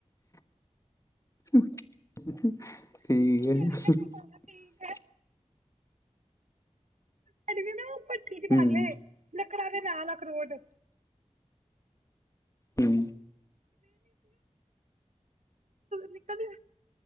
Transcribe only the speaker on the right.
ਡੈਡੀ
ਕਹਿੰਦੇ ਹਾਂ ਠੀਕ ਹੈ ਕਰੜ ਨਾ ਭੱਠੀ ਚ
ਕਰ ਲਏ ਲੱਕੜਾਂ ਦੇ ਨਾਲ ਅਖਰੋਟ
ਨਿਕਲਦੀ